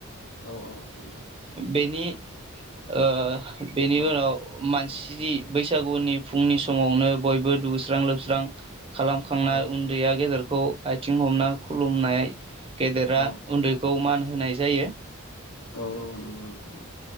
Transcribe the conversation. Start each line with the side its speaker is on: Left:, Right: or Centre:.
Left: औ औ नोंथां।
Right: बेनि ओ बेनि
Left: औ
Right: उनाव मान सि बैसागुनि फुंनि समावनो बयबो दुगैस्रां लोबस्रां खालामखांनाय
Left: औ
Right: उन्दैया गेदेरखौ आथिं हमना खुलुमनाय गेदेरा
Left: औ
Right: उन्दैखौ मान होनाय जायो।
Left: औ औ नंगौ औ